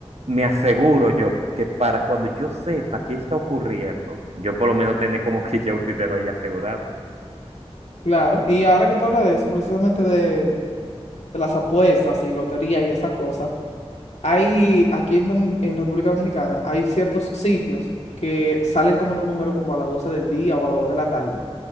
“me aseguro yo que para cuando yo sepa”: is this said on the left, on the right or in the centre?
Right